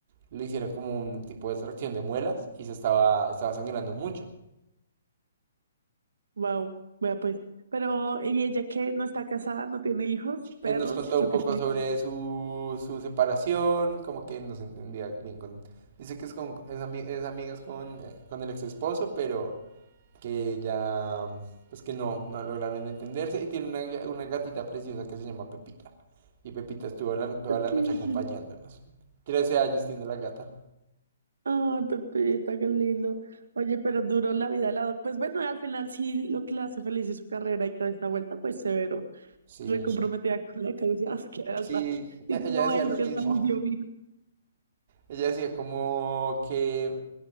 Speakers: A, on the right; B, on the right.
A: le hicieron como un tipo de extracción de muelas y se estaba, estaba sangrando mucho.
B: Wow, vea pues. Pero, ¿y ella qué? ¿No está casada? ¿No tiene hijos?
A: Él
B: ¿Perros?
A: nos contó
B: Yo
A: un poco
B: qué
A: sobre su, su separación, como que no se entendía bien con... Dice que es, con, es, ami- es amigas con, eh, con el ex esposo, pero que ya, pues que no, no lograron entenderse y tiene una, una gatita preciosa que se llama Pepita. Y Pepita estuvo la- toda
B: sé.
A: la noche acompañándonos. 13 años tiene la gata.
B: Ay, Pepita, qué lindo. Oye, pero duró la vida de la doc. Pues bueno, al final sí lo que le hace feliz es su carrera y toda esta vuelta, pues severo,
A: Sí,
B: recomprometida con la causa, <laughs> que hasta,
A: sí,
B: y
A: e-
B: que
A: ella
B: mamá
A: decía
B: dijo
A: lo
B: que
A: mismo.
B: hasta les dio vino.
A: Ella decía como que